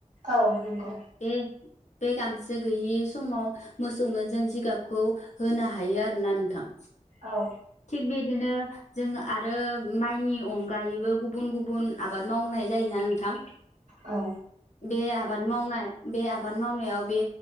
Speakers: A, on the right; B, on the left.
A: औ नंगौ
B: दे। बे गांसो गैयि समाव मोसौनो जों जिगाबखौ होनो हायो आरोना नोंथां।
A: औ
B: थिग बिदिनो जोङो आरो माइनि अनगायैबो गुबुन गुबुन आबाद मावनाय जायोना नोंथां
A: औ
B: बे आबाद मावनाय बे आबाद मावनायाव बे